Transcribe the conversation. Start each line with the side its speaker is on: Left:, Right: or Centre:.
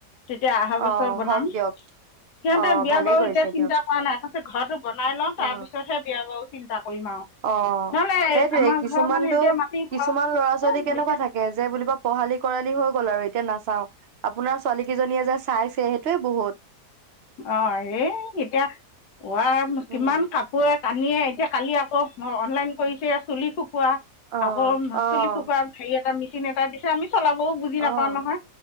Left: তেতিয়া অহা বছৰ
Right: অ
Left: বনাম
Right: হওক দিয়ক
Left: সিহঁতৰ
Right: অ
Left: বিয়া
Right: ভালে
Left: বাৰু
Right: কৰিছে
Left: এতিয়া চিন্তা
Right: দিয়ক
Left: কৰা নাই ঘৰটো বনাই লওঁ
Right: অ
Left: তাৰপিছতহে বিয়া বাৰু চিন্তা কৰিম আৰু।
Right: অ
Left: নহ'লে
Right: সেইটোৱে
Left: আমাৰ
Right: কিছুমানতো
Left: ঘৰ মানে এতিয়া মাটি ঘৰ
Right: কিছুমান ল'ৰা ছোৱালী কেনেকুৱা
Left: এতিয়া
Right: থাকে, যে বুলিব পঢ়ালি-কৰালি হৈ গ'ল আৰু। তেতিয়া নাচাওঁ। আপোনাৰ ছোৱালী কেইজনীয়ে যে চাইছে সেইটোৱে বহুত।
Left: অ ৰেই, এতিয়া ৰাম
Right: উম
Left: কিমান কাপোৰত। কানিয়ে এতিয়া কালি আকৌ মই, অনলাইন কৰিছোঁ চুলি শুক শুকুৱা
Right: অ',
Left: আকৌ,
Right: অ',
Left: মাচল শুকুৱা হেৰি, কিবা মিচিন এটা দিছে আনি চলাবও বুজি
Right: অ',
Left: নাপাওঁ নহয়,